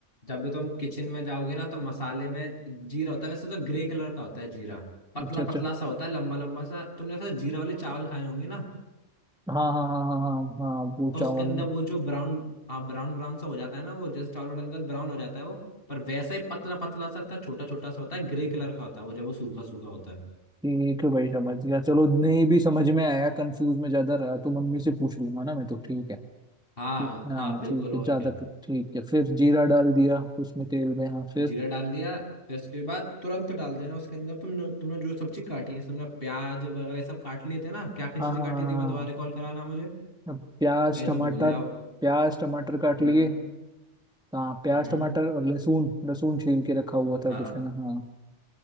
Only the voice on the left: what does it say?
जब भी तुम किचन में जाओगे ना तो मसाले में जीरा होता है वैसे तो ग्रे कलर का होता है जीरा पतला
पतला सा होता है लंबा लंबा सा तुमने वैसे जीरा वाले चावल खाए होंगे ना
तो
उसके अंदर
वो जो ब्राउन आप ब्राउन ब्राउन सा हो जाता है ना वो जैसे चावल में डालने के बाद ब्राउन हो जाता है वो पर वैसा ही पतला पतला सा था छोटा छोटा सा होता है ग्रे कलर का होता है वो जब वो सूखा सूखा होता है
हाँ
हाँ बिल्कुल
और
क्या
जीरा डाल दिया फिर उसके बाद तुरंत डाल देना उसके अंदर तुमने तुमने जो सब्जी काटी है तुमने प्याज वगैरह सब काट लिए थे ना क्या क्या
चीजें
काटी
थी एक बार दोबारा
रिकॉल कराना मुझे
कहीं
तुम भूल जाओ
हम्म
हम्म हम्म।
हाँ